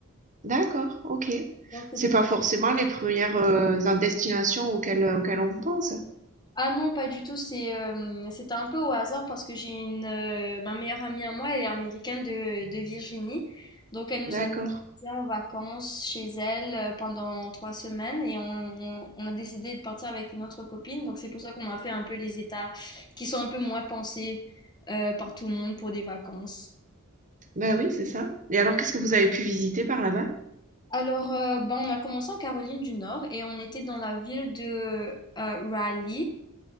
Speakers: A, on the right; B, on the left.
A: D'accord, ok.
B: Donc, c'était
A: C'est pas forcément les premières euh, destinations auxquelles, auxquelles on pense.
B: Ah non, pas du tout. C'est, euh, c'était un peu au hasard parce que j'ai une euh, ma meilleure amie à moi, elle est américaine de, de Virginie. Donc elle nous
A: D'accord.
B: a été en vacances chez elle euh, pendant trois semaines et on, on- on a décidé de partir avec une autre copine. Donc c'est pour ça qu'on a fait un peu les états qui sont un peu moins pensés euh, par tout le monde pour des vacances.
A: Ben oui, c'est ça. Et alors, qu'est-ce que vous avez pu visiter par là-bas?
B: Alors, euh, ben, on a commencé en Caroline du Nord et on était dans la ville de euh, Raleigh.